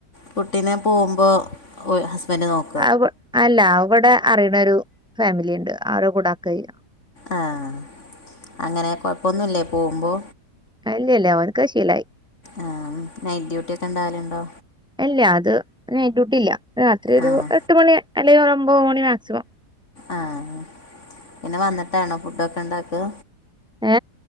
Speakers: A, on the left; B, in the centre.
A: കുട്ടിനെ പോമ്പോ ഓ ഹസ്ബന്ഡന്റ് നോക്കു
B: അ അല്ല അവിടെ അറിയണ ഒരു ഫാമിലിണ്ട് അവരെ കൂടാക്കായ്യ
A: ആഹ് അങ്ങനെ കൊയപ്പൊന്നുല്ലേ പോമ്പോ
B: അല്ല ഇല്ല അവന്ക്കശീലായി
A: ആഹ് നൈറ്റ് ഡ്യൂട്ടിക്കെണ്ടാവാലുണ്ടോ
B: ഇല്ല അത് നൈറ്റൂട്ടില്ല രാത്രി ഒരു
A: ആഹ്
B: എ എട്ട് മണി അല്ലെ ഒരൊമ്പമണി മാക്സി
A: ആഹ് പിന്ന വന്നിട്ടാണോ ഫുഡക്കെണ്ടാക്ക്ക
B: ഏ